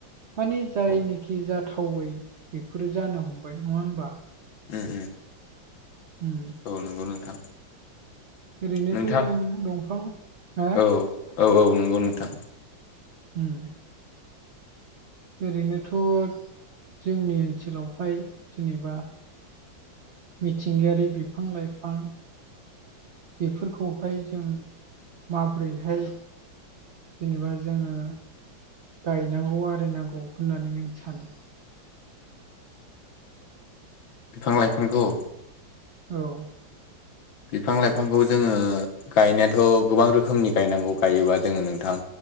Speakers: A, on the right (about 70°); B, on the left (about 75°).
A: माने जायनिखि
B: औ
A: जाथावै बेफोरो जानो हमबाय नङा होमबा
B: उम उम
A: हम
B: औ नोंगौ नोंथां।
A: ओरैनोथ'
B: नोंथां
A: जों दंफां <unintelligible>
B: औ औ औ नंगौ नोंथां
A: ओम ओरैनोथ' जोंनि ओनसोलावहाय जेनेबा मिथिंगायारि बिफां - लाइफां बेफोरखौहाय जों माब्रैरैहाय जेनेबा जोङो गायनांगौ आरिनांगौ होननानै नों सानो
B: बिफां लाइफांखौ
A: औ
B: बिफां लाइफांखौ जोंङो गायनायाथ' गोबां रोखोमनि गायनांगौ गायोबा जोङो नोंथां।